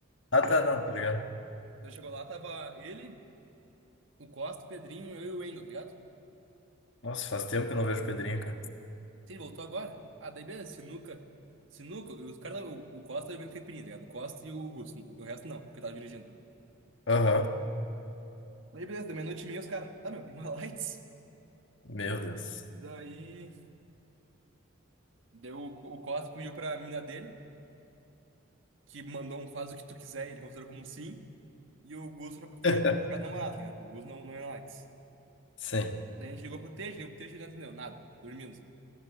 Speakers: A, on the left (about 65°); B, on the right (about 65°).
A: Ah, tá, não, tá ligado.
B: Daí chegou lá, tava ele, o Costa, o Pedrinho, eu e o Wendel, tá ligado?
A: Nossa, faz tempo que eu não vejo o Pedrinho, cara.
B: Sim, ele voltou agora. Ah, daí beleza, sinuca. Sinuca, os caras, o, o Costa tá bebendo caipirinha, tá ligado? O Costa e o Augusto. O resto não, porque tava dirigindo.
A: Aham.
B: Aí beleza, deu meia-noite e meia, os caras. Tá, meu, uma lights.
A: Meu Deus.
B: Daí. Deu, o o Costa pediu pra mina dele, que mandou um faz o que tu quiser, e ele considerou como um sim. E o Augusto foi
A: <laughs>
B: jogar com a namorada, tá ligado? O Augusto não, não ia na lights.
A: Sim.
B: Daí a gente ligou pro Teixe, ligou pro Teixe e ele não entendeu nada, dormindo. O